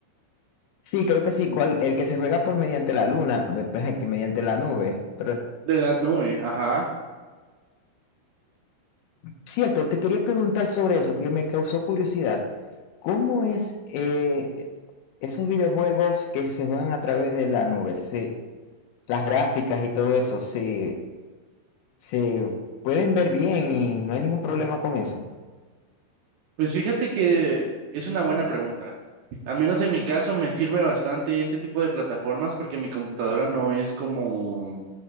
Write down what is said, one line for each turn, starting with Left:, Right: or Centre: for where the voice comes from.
Left: Sí, creo que sí,
Right: Mm,
Left: cual- el que se juega por mediante la luna, después el <laughs> que mediante la nube. Pero,
Right: De la nube, ajá.
Left: cierto, te quería preguntar sobre eso, que me causó curiosidad. ¿Cómo es eh, esos videojuegos que se juegan a través de la nube? Se, las gráficas y todo eso, se, se pueden ver bien y no hay ningún problema con eso.
Right: Pues fíjate que es una buena pregunta. Al menos en mi caso me sirve bastante este tipo de plataformas porque mi computadora no es como